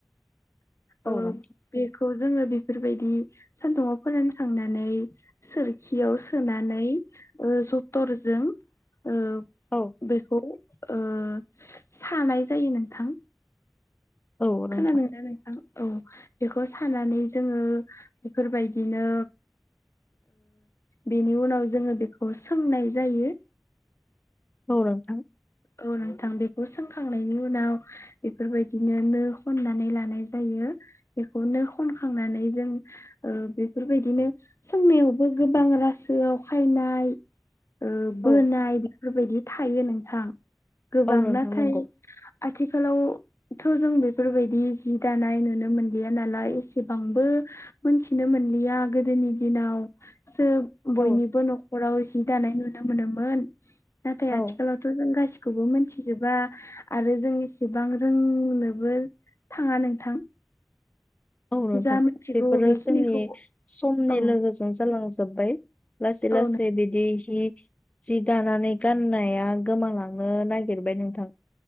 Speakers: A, on the left; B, on the left.
A: नोंथां
B: ओ बेखौ जोङो बेफोरबायदि सान्दुं आव फोरान खांनानै सोरखियाव सोनानै जथरजों ओ
A: औ
B: बेखौ ओ सानाय जायो नोंथां
A: औ नोंथां
B: खोनादोंना नोंथां औ बेखौ सानानै जोङो बेफोरबायदिनो बेनि उनाव जोङो बेखौ सोंनाय जायो
A: औ नोंथां
B: औ नोंथां बेखौ सोंखांनायनि उनाव बेफोरबायदिनो नो खननानै लानाय जायो बेखौनो खनखांनानै जों बेफोरबायदिनो सोंनायावबो गोबां रासो आव खायनाय ओ
A: औ
B: बोनाय बेफोरबायदि थायो नोंथां गोबां
A: औ नोंथां
B: नाथाय
A: नंगौ
B: आथिखालाव थ' जों बेफोरबायदि जि दानाय नुनो मोनलिया नालाय एसेबांबो मोनथिनो मोनलिया गोदोनि दिनाव सोब बयनिबो
A: औ
B: न'खराव जि दानाय नुनो मोनोमोन नाथाय
A: औ
B: आथिखालाव जों गासिखौबो मोनथिजोबा आरो जों इसेबां रोंनोबो थाङा नोंथां।
A: औ नोंथां
B: जा मिथिगौ
A: बेफोरो
B: बेखिनिखौ
A: जोंनि समनि
B: औ
A: लोगोजों जालांजोबबाय लासै
B: औ
A: लासै बिदिहि जि दानानै गाननाया गोमालांनो नागिरबाय नोंथां।